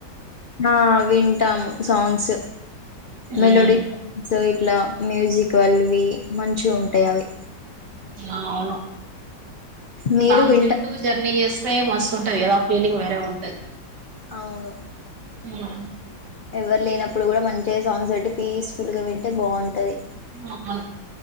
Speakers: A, on the left; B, on the right.
A: ఆ వింటాము సాంగ్స్
B: మ్మ్.
A: మెలోడీ సాంగ్స్ సో ఇట్లా మ్యూజిక్ వాళవి మంచి ఉంటాయి అవి
B: అవును
A: మీరు
B: సాంగ్స్
A: వింటారా
B: వింటూ జర్నీ చేస్తే మస్తు ఉంటది కదా ఫీలింగ్ వేరే ఉంటంది
A: అవును
B: ఆ
A: ఎవరు లేనప్పుడు కూడా మంచిగా సాంగ్స్ బట్టి పీస్ఫుల్ గా వింటే బాగుంటది
B: ఆ